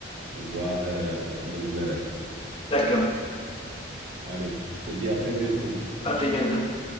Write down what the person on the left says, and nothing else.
D'accord.
À très bientôt.